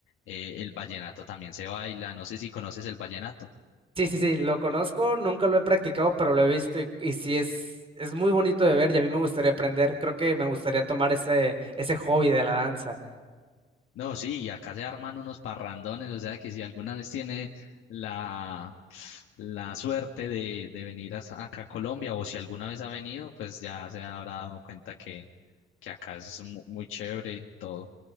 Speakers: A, on the left; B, on the right.
A: eh, el vallenato también se baila. No sé si conoces el vallenato.
B: Sí, sí, sí, lo conozco, nunca lo he practicado, pero lo he visto y, y sí es, es muy bonito de ver y a mí me gustaría aprender. Creo que me gustaría tomar ese, ese hobby de la danza.
A: No, sí, y acá se arman unos parrandones. O sea que si alguna vez tiene la, la suerte de, de venir a- acá a Colombia o si alguna vez ha venido, pues ya se habrá dado cuenta que, que acá es mu- muy chévere todo.